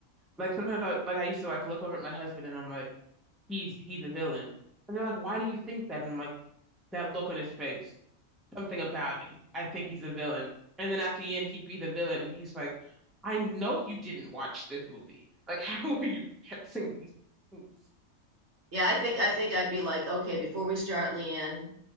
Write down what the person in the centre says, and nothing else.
Like sometimes I like I used to like look over at my husband and I'm like, he's he's a villain. And they're like, why do you think that? And I'm like, that look on his face, something about it. I think he's a villain. And then at the end he'd be the villain and he's like, I know you didn't watch this movie. Like, <laughs> how are you guessing these things?